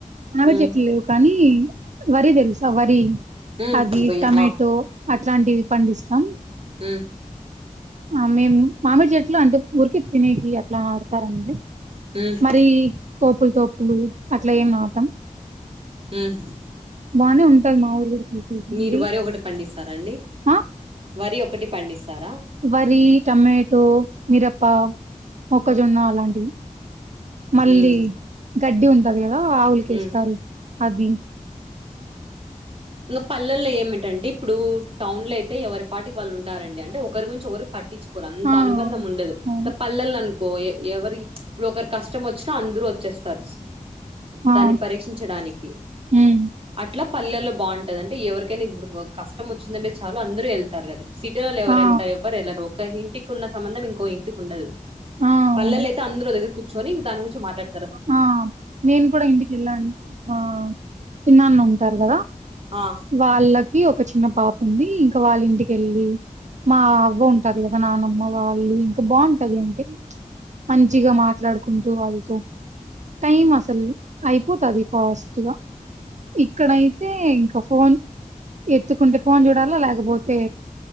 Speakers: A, on the right; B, on the right.
A: మామిడి
B: మ్
A: చెట్లు లేవు కానీ వరి తెలుసా వరి
B: ఉమ్
A: అది
B: బొయ్య
A: టమేటో
B: ఆ
A: అట్లాంటివి పండిస్తాం
B: మ్
A: ఆ మేము మామిడి చెట్లు అంటే ఊరికే తినేకి అట్లా నాటుతారు అండి
B: మ్
A: మరి తోపుల తోపులు అట్లా ఏం అట్
B: మ్
A: బానే ఉంటది మా ఊరు కూడా చూసేకి
B: మీరు
A: మరి
B: వరి ఒకటి పండిస్తారండి
A: ఆ
B: వరి ఒకటి పండిస్తారా
A: వరి టమాటో మిరప్ప మొక్కజొన్న అలాంటివి మళ్ళీ
B: ఉమ్
A: గడ్డి ఉంటది కదా ఆవులకేస్తారు
B: ఉమ్
A: అది
B: ఇంకా పళ్ళేల్లో ఏమిటండి ఇప్పుడు టౌన్ లో అయితే ఎవరి పాటికి వాళ్ళు ఉంటారం అడి అంటే ఒకరి గురించి ఒకరు పట్టించ్ కోరు అంత
A: ఆ
B: అనుబంధం ఉండదు
A: అవును
B: ఇట్ల పల్లెళ్ళో అనుకో ఎవరి ఇప్పుడు ఒకరికి కష్టం వచ్చినా అందరు వచ్చేస్తారు
A: ఆ
B: దాన్ని పరీక్షించడానికి
A: ఉమ్
B: అట్లా పల్లెల్లో బాగుంటది అంటే ఎవరికైనా ఇప్పుడు కష్టం వచ్చిందంటే చాలుా అందరు వెళ్ ారు కదా ఇప్పుడ్ సిటీలో ఎవరు
A: ఆ
B: వెళ్తారు ఎవరుళ్లరు ఒక ఇంటికి ఉన్న సంబంధం ఇంకో ఇంటికి ఉండదు
A: ఆ అవును
B: పళ్ళేళ్ళో అయితే అందలో ఓ దగ్గర కూర్చొని ఇంకా దాని గురించి మాట్లడ్
A: ఆ నేను కూడా ఇంటికి వెళ్ళానంటే ఇక మా చిన్నాన్న ఉంటారు కదా
B: ఆ
A: వాళ్ళకి ఒక చిన్న పాప ఉంది ఇంక వాళ్ళ ఇంటికిెళ్ళి మా అవ్వ ఉంటది కదా నానమ్మ వాళ్ళు ఇంకా బాగుంటది అంటే మంచిగ మాట్లాడుకుంటూ వాల్లతో టైమ్ అసల్ అయిపోతది ఫాస్ట్ గా ఇక్కడయితే ఇంక ఫోన్ ఎత్తుకుంటే ఫోన్ చూడాల లేకపోతే